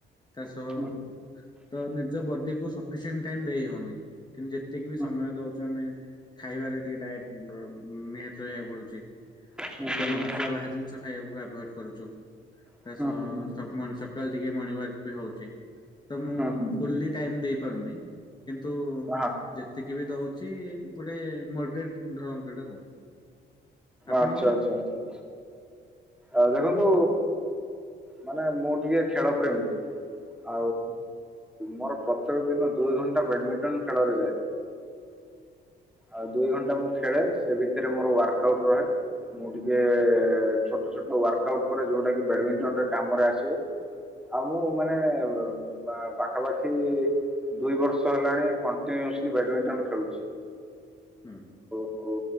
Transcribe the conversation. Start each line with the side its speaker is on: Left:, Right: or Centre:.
Left: ତା ସହ
Centre: ହୁଁ
Left: ତ ନିଜ ବଡି କୁ ସଫିସିଏଣ୍ଟ ଟାଇମ ଦେଇ ହଉନି କିନ୍ତୁ ଯେତିକି ବି
Centre: ହୁଁ
Left: ସମୟ ଦଉଛୁ ଆମେ ଖାଇବାରେ ଟିକେ <unintelligible> ନିହାତି ରହିବାକୁ ପଡୁଛି,
Centre: ହୁଁ
Left: ତେଲ
Centre: ହୁଁ
Left: ମସଲା ବାହାର ଜିନିଷ ଖାଇବାକୁ ଆଭଏଡ କରୁଛୁ। ତା
Centre: ହୁଁ
Left: ସହ
Centre: ହୁଁ ହୁଁ।
Left: ଶଗମଣି ସକାଳ ଟିକେ ମର୍ଣ୍ଣିଂ ୱାକ ବି ହଉଛି। ତ ମୁଁ
Centre: ହୁଁ ହୁଁ
Left: ଫୁଲି ଟାଇମ ଦେଇ ପାରୁନି, କିନ୍ତୁ।
Centre: ହଁ
Left: ଯେତିକି ବି ଦଉଛି ଗୋଟେ ମଡରେଟ ଧରନ୍ତୁ ଏଇଟାକୁ। ଆପଣଙ୍କର?
Centre: ଆଚ୍ଛା ଆଚ୍ଛ ଆଛା। ଆ ଦେଖନ୍ତୁ ମାନେ ମୁଁ ଟିକେ ଖେଳ ପ୍ରେମୀ, ଆ
Left: ହୁଁ।
Centre: ମୋର ପ୍ରତ୍ୟେକ ଦିନ ଦୁଇ ଘଣ୍ଟା ବ୍ୟାଡମିଣ୍ଟନ୍ ଖେଳରେ ଯାଏ। ଆଉ ଦୁଇ ଘଣ୍ଟା ମୁ ଖେଳେ, ସେ ଭିତରେ ମୋର ୱାର୍କ ଆଉଟ ରହେ, ମୁଁ ଟିକେ ଛୋ ଛୋଟ ଛୋଟ ୱାର୍କ ଆଉଟ୍ କରେ ଯୋଉଟା କି ବ୍ୟାଡମିଣ୍ଟନ୍ ରେ କାମରେ ଆସିବ, ଆଉ ମୁଁ ମାନେ ବା ପାଖାପାଖି ଦୁଇ ବର୍ଷ ହେଲାଣି କଣ୍ଟିନ୍ୟୁୟସଲି ବ୍ୟାଡମିଣ୍ଟନ ଖେଳୁଛି।
Left: ହୁଁ।
Centre: ଓ